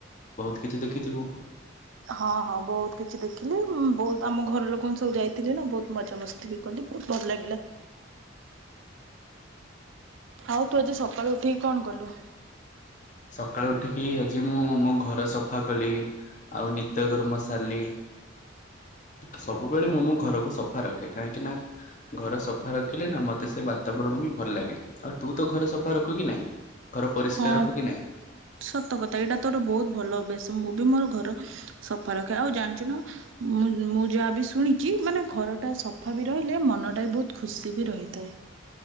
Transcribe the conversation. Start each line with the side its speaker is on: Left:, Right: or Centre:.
Left: ବହୁତ କିଛି ଦେଖିଥିବୁ
Right: ହଁ ହଁ ବହୁତ କିଛି ଦେଖିଲି ବହୁତ ଆମ ଘର ଲୋକଙ୍କୁ ସବୁ ଯାଇଥିଲି ନା ବହୁତ ମଜା ମସ୍ଥିଲି କହନ୍ତି ବହୁତ ଭଲ ଲାଗିଲା ଆଉ ତୁ ଆଜି ସକାଳୁ ଉଠିକି କଣ କଲୁ?
Left: ସକାଳୁ ଉଠିକି ଆଜି ମୁଁ ମୋ ଘର ସଫା କଲି ଆଉ ନିତ୍ୟ କର୍ମ ସାରିଲି ସବୁବେଳେ ମୁଁ ମୋ ଘରକୁ ସଫା ରଖେ କାହିଁକି ନା ଘର ସଫା ରଖିଲେ ନା ମତେ ସେ ବାତାବରଣ ବି ଭଲ ଲାଗେ। ଆଉ ତୁ ତ ଘରେ ସଫା ରଖୁ କି ନାଇଁ ଘର ପରିଷ୍କାର
Right: ହଁ
Left: ରଖୁ କି ନାଇଁ?
Right: ସତ କଥା ଏଇଟା ତୋର ବହୁତ ଭଲ ଅଭ୍ୟାସ ମୁଁ ବି ମୋର ଘର ସଫା ରକ ଆଉ ଜାଣିଛୁ ନା ମୁଁ ମୁଁ ଯାହାବ ଶୁଣିଛି ମାନେ ଘରଟା ସଫା ବି ରହିଲେ ମନଟା ବି ବହୁତ ଖୁସି ବି ରହିଥାଏ।